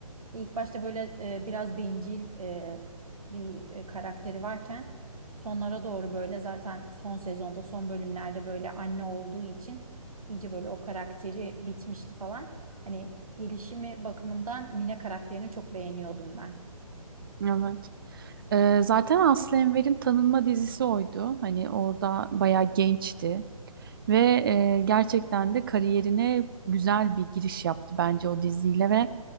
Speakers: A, on the right (about 70°); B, on the right (about 35°).
A: İlk başta böyle e, biraz bencil e, bir e, karakteri varken sonlara doğru böyle zaten son sezonda son bölümlerde böyle anne olduğu için iyice böyle o karakteri bitmişti falan. Hani gelişimi bakımından Mine karakterini çok beğeniyordum ben.
B: Evet. Ee, zaten Aslı Enver'in tanınma dizisi oydu. Hani orada bayağı gençti. Ve e, gerçekten de kariyerine güzel bir giriş yaptı bence o diziyle ve